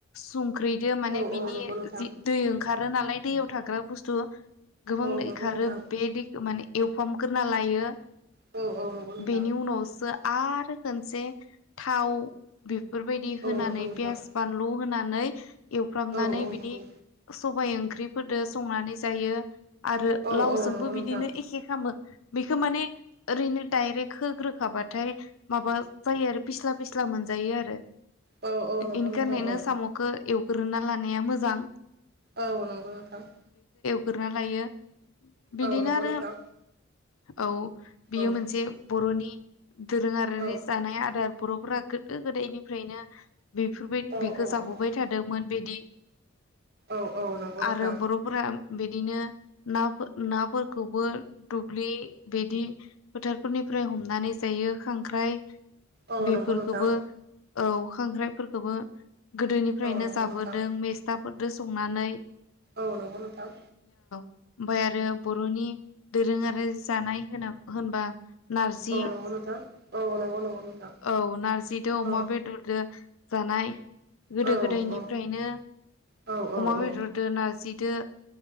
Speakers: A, on the left (about 80°); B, on the right (about 50°).
A: स गोख्रैदो माने
B: औ
A: बिनि
B: औ नंगौ नोंथां
A: जि दै ओंखारो नालाय दैयाव थाग्रा बुस्थु गोबां
B: औ
A: दै
B: नंगौ
A: ओंखारो
B: नोंथां
A: बे दैखोव माने एवफ्रामगोरना लायो।
B: औ औ नंगौ नोंथां
A: बेनि उनावसो आरो खनसे थाव बेफोरबायदि होनानै
B: औ नंगौ नोंथां
A: पियास, बानलु होन नानै एवफ्रामनानै
B: औ औ
A: बिदि
B: नंगौ
A: सबबाय ओंख्रिफोरजों संनानै जायो। आरो
B: औ
A: लावजोंबो
B: औ नंगौ नोंथां
A: बिदिनो एखे खालामो। बेखौ माने ओरैनो डाइरेक्ट होग्रोखाबाथाय माबा जायो आरो फ्लिस्ला फ्लिस्ला मोनजायो आरो
B: औ औ नंगौ
A: इनिथाखायनो
B: नोंथां
A: साम'खौ एवग्रोना लानाया मोजां।
B: औ नंगौ नोंथां।
A: गुरना लाइयो बिदिनो
B: औ नंगौ
A: आरो
B: नोंथां
A: औ बियो
B: औ
A: मोनसे बर'नि दोरोङारिनि
B: औ
A: जानाय आदार बर'फोरा गोदो गोदायनिफ्रायनो बेफोरबाय
B: औ
A: बेखौ
B: औ
A: जागबाय
B: औ
A: थादोंमोन बेदि
B: औ औ नंगौ नोंथां
A: आरो बर'फोरा बिदिनो नाफोर नाफोरखौबो दुब्लि बिदि फोथारफोरनिफ्राय हमनानै जायो खांख्राइ
B: औ
A: बेफोरखौबो
B: नंगौ नोंथां
A: औ खांख्राइफोरखौबो गोदोनिफ्रायनो
B: औ नंगौ
A: जाबोदों
B: नोंथां
A: मेस्थाफोरजों संनानै
B: औ नंगौ नोंथां
A: ओमफाय आरो बर'नि दोरोङारि जानाय होना होनबा नारजि
B: औ‌ नंगौ नोंथां औ नंगौ नंगौ नोंथां
A: औ नारजिदो
B: औ
A: अमा बेदरदो जानाय गोदो
B: औ
A: गोदायनिफ्रायनो
B: औ औ औ
A: अमा बेदरदो नारजि जो